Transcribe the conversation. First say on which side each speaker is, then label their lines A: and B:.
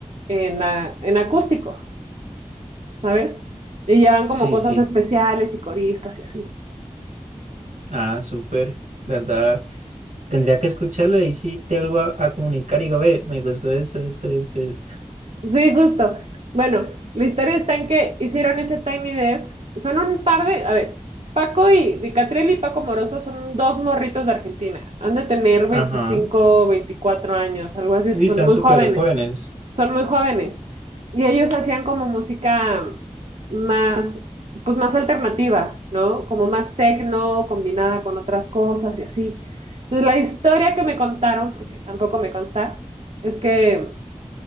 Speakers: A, on the right; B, on the right.
A: en, a- en acústico, ¿sabes? Y llevan como
B: Sí,
A: cosas
B: sí.
A: especiales y coristas y así.
B: Ah, súper. La verdad, tendría que escucharlo y ahí sí te vuelvo a, a comunicar y digo, ve, me gustó esto, esto, esto, esto.
A: Sí, justo. Bueno, la historia está en que hicieron ese Tiny Desk. Son un par de, a ver, Paco y Di Catriel y Paco Moroso son dos morritos de Argentina. Han de tener 25,
B: Ajá.
A: 24 años, algo así.
B: Y
A: Son
B: están
A: muy
B: súper
A: jóvenes.
B: jóvenes.
A: Son muy jóvenes. Y ellos hacían como música más, pues más alternativa, ¿no? Como más techno, combinada con otras cosas y así. Entonces, la historia que me contaron, porque tampoco me consta, es que